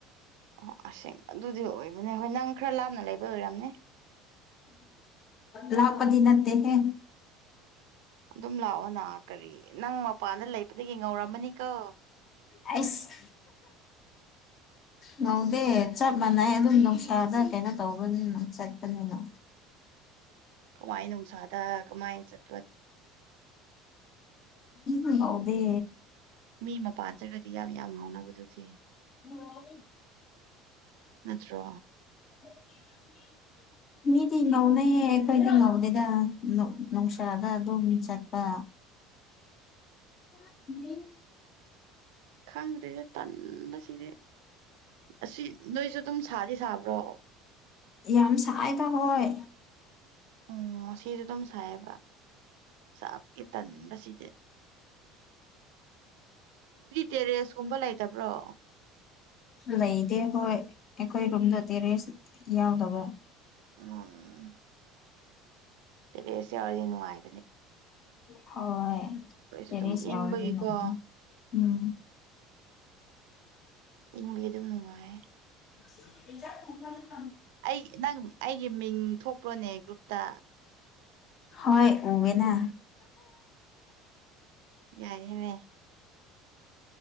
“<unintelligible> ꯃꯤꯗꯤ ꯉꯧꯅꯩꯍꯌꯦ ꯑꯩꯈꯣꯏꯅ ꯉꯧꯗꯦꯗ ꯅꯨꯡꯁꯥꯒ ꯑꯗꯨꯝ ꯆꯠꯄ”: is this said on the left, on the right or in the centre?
Left